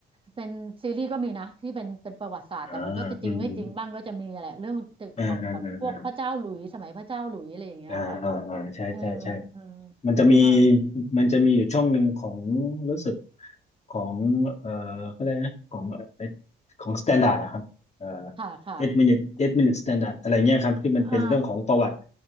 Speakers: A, on the right; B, on the left.
A: เป็นซีรีส์ก็มีนะที่เป็นเป็นประวัติศาสตร์แต่มันก็จะจริงไม่จริงบ้างก็จะมีอะไรเรื่องตึกของแบบพวกพระเจ้าหลุยส์สมัยพระเจ้าหลุยส์อะไรอย่างเงี้ยค่ะ
B: อ่าอืมอืมอ่าอ่าอ่าอ่าอ่าอ่าใช่ใช่ใช่
A: เออเออ
B: มันจะมี
A: ก็อืม
B: มันจะมีอยู่ช่องหนึ่งของรู้สึกของเอ่อเขาเรียกนะของเอ่อของสแตนดาร์ดนะครับเอ่
A: ค่ะค่ะ
B: อ็ดมินิเอ็ดมินิสแตนดาร์ดอะไรเงี้ยครับที่มันเป็นเรื่องของประวัติ
A: อ่า